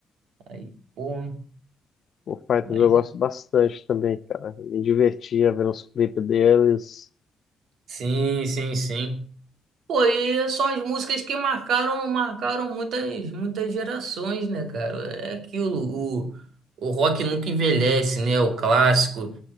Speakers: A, on the right (about 70°); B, on the left (about 50°).
A: Aí, pô.
B: O Fighters
A: Mas
B: eu gosto bastante também, cara. Me divertia vendo os clipes deles.
A: Sim, sim, sim. Pô, e são as músicas que marcaram, marcaram muitas, muitas gerações, né, cara? É aquilo, o, o rock nunca envelhece, né? O clássico.